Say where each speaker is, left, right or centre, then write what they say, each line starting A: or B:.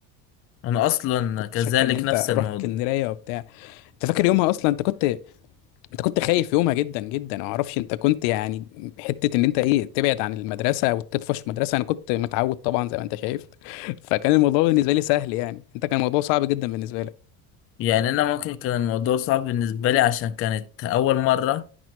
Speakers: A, on the left; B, on the left.
A: انا اصلا
B: كنت
A: كذلك
B: شاكه ان انت
A: نفس الموضوع
B: رحت اسكندريه وبتاع انت فاكر يومها اصلا انت كنت انت كنت خايف يومها جدا جدا ما اعرفش انت كنت يعني حته ان انت ايه تبعد عن المدرسه وتطفش مدرسه انا كنت متعود طبعا زي ما انت شايف <laughs> فكان الموضوع بالنسبه لي سهل يعني انت كان الموضوع صعب جدا بالنسبه لك
A: يعني انا ممكن كان الموضوع صعب بالنسبه لي عشان كانت اول مره